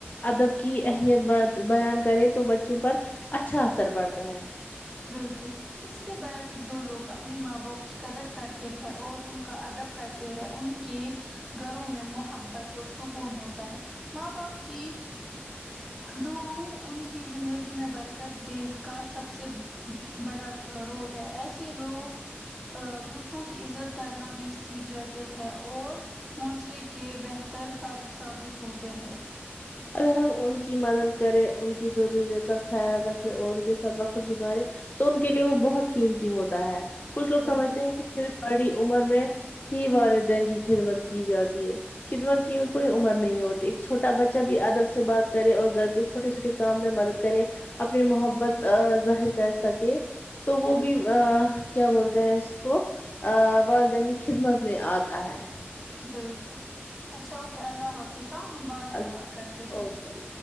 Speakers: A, on the left; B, in the centre.
A: ادب کی اہمیت بیان کرے تو بچوں پر اچھا اثر پڑتا ہے
B: بالکل اس کے برعک جو لوگ اپنے ماں باپ کی قدر کرتے ہیں اور ان کا ادب کرتے ہیں ان کے گھروں میں محبت اور سکون ہوتا ہے ماں باپ کی دا ان کی زندگی میں برکت دہ کا سب سے بڑا رول ہے ایسے لوگ دوسروں کی عزت کرنا بھی سیکھ جاتے ہیں اور معاشرے کے بہتر فرد ثابت ہوتے ہیں
A: اگر ہم ان کی مدد کریں ان کی ضرورت کا خیال رکھیں اور ان کے ساتھ وقت گزارے تو ان کے لیے وہ بہت قیمتی ہوتا ہے کچھ لوگ
B: بالکل
A: سمجتے ہیں کہ ک باڑی عمر میں ہی والدین کی خدمت کی جاتی ہے خدمت کی کوئی عمر نہیں ہوتی ایک چھوٹا بچہ جبھی ادب سے بات کرے اور گھر کے چھوٹے چھوٹے کام میں مدد کرے اپنی محبت ظاہر کر سکے تو وہ بھی کیا بولتے ہیں اس کو والدین کی خدمت میں آتا ہے
B: بالکل اچھا اوکے اللہ حافظ تب ہم بعد میں
A: اللہ
B: بات کرتے ہیں
A: اوکے اللہ